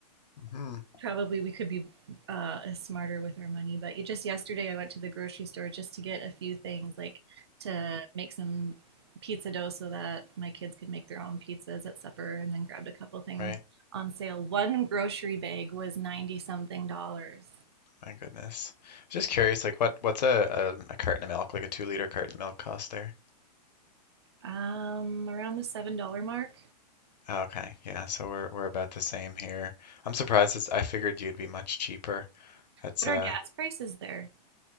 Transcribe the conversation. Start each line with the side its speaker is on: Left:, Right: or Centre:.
Left: hmm
Right: probably we could be uh, smarter with our money. But just yesterday, I went to the grocery store just to get a few things, like to make some pizza dough so that my kids could make their own pizzas at supper, and then grabbed a couple things
Left: Right.
Right: on sale. One grocery bag was ninety something dollars,
Left: My goodness. Just curious, like what what's a, a, a carton of milk, like a two liter carton of milk cost there?
Right: um, around the seven dollar mark.
Left: Okay, yeah, so we're we're about the same here. I'm surprised it's, I figured you'd be much cheaper. That's
Right: What
Left: uh
Right: are gas prices there?